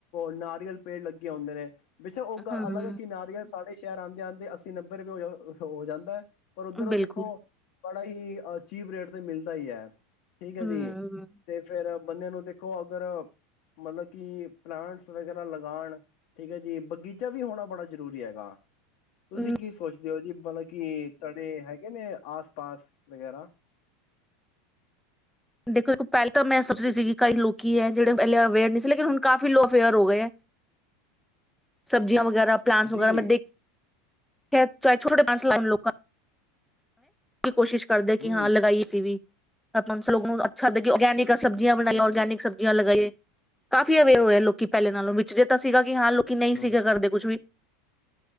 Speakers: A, on the left (about 60°); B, in the centre.
A: ਨਾਰੀਅਲ ਪੇੜ ਲੱਗੇ ਹੁੰਦੇ ਨੇ ਬੇਛਕ ਉਹ ਗੱਲ
B: ਹੂੰ
A: ਅਲੱਗ ਹੈ, ਕਿ ਨਰਿਯ੍ਮਲ ਦ ਸਾਰੇ ਸ਼ਹਿਰ ਆਉਂਦੇ-ਆਉਂਦੇ ਅੱਸੀ ਨੰਬੇ ਰੁਪਏ ਹੋ ਹੋ ਜਾਂਦਾ ਹੈ ਪਰ ਉੱਧਰ
B: ਬਿਲਕੁਲ
A: ਦੇਖੋ ਬੜ ਹੀ ਅਹ ਚੀਪ ਰੇਟ ਤੇ ਮਿਲਦੀ ਦਾ ਹੀ ਹੈ ਠੀਕ ਹੈ
B: ਹੂੰ
A: ਜੀ ਤੇ ਫੇਰ ਬੰਦਿਆਂ ਨੂੰ ਦੇ ਦੇੋ ਅਗਰ ਮਤਲਬ ਕਿ ਪਲਾਂਟਸ ਵਗੈਰਾ ਲਗਾਉਣ ਠੀਕ ਹੈ, ਜੀ ਬਗੀਚਾ ਵੀ ਹੋਣਾ ਬੜਾ ਜਰੂਰੀ ਹੈਗਾ, ਤੁਸੀਂ
B: ਹੂੰ
A: ਕੀ ਸੋਚਦੇ ਹੋ ਜੀ ਮਤਲਬ ਕੀ ਤੁਹਾਡੇ ਹੈਗੇ ਨੇ ਆਸ ਪਾਸ ਵਗੈਰਾ
B: ਦੇਖੋ ਦੇੋ ਪਹਿਲਾਂ ਤਾਂ ਮੈਂ ਸੋਚ ਰਹੀ ਸੀਗੀ ਕਈ ਲੋਕੀ ਹੈ ਜਿਹੜੇ ਪਹਿਲੇ ਅਵੇਅਰ ਨਹੀਂ ਸੀ ਲੇਕਿਨ ਹੁਣ ਕਾਫ਼ੀ ਲੋ ਅਵੇਅਰ ਹੋ ਗਏ ਹੈ ਸਬਜ਼ੀਆਂ ਵਗੈਰਾ ਪਲਨਟਸ
A: ਜੀ
B: ਵਗੈਰਾ ਮ ਹੈ ਚਾਹੇ ਛੋਟੇੇ ਡਾਂਸ ਲ ਲੋਕਾਂ ਕੋਸ਼ਿਸ਼- ਕਰਦੇ ਕਿ
A: ਹਮ
B: ਹਾਂ ਲਗਾਈ ਆਸੀ ਵੀ ਆਪਾਂ ਸਲ ਨੂੰ ਅੱਛਾੱ ਰਗੈਨਿਕ <inaudible> ਤਾਂ ਸਬਜ਼ੀਆਂ ਬਣਾਈਆਂ
A: ਹਾਂਜੀ,
B: ਔਰਗੈਨਿਕ ਸਬਜ਼ੀਆਂ ਲਗਾਈਏ ਕਾਫ਼ੀ ਅਵੇਅਰ ਹੋਏ ਲੋਕੀ ਪਹਿਲੇ ਨਾਲੋਂ ਵਿੱਚ ਜੇ ਤਾਂ ਸੀਗਾ। ਕਿ ਹਾਂ ਲੋਕੀ ਨਹੀਂ,
A: ਹੂੰ,
B: ਸੀਗੇ ਕਰਦੇ ਕੁੱਛ ਵੀ